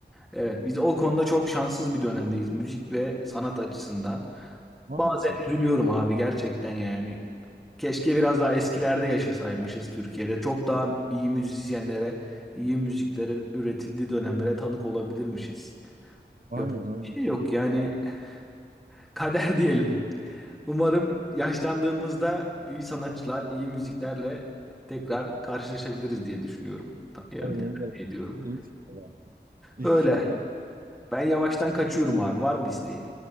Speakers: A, in the centre; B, on the right.
A: Evet biz o konuda çok şanssız bir dönemdeyiz müzik ve sanat açısından.
B: Maalesef.
A: Bazen üzülüyorum abi gerçekten yani. Keşke biraz daha eskilerde yaşasaymışız Türkiye'de. Çok daha iyi müzisyenlere, iyi müziklerin üretildiği dönemlere tanık olabilirmişiz.
B: Aynen
A: Yapacak
B: aynen.
A: bir şey yok yani <laughs> kader diyelim. Umarım yaşlandığımızda iyi sanatçılar, iyi müziklerle tekrar karşılaşabiliriz diye düşünüyorum. Ta- Yani
B: Umarım
A: temenni
B: umarım.
A: ediyorum.
B: İnşallah. İnşallah.
A: Öyle. Ben yavaştan kaçıyorum abi. Var mı bir isteğin?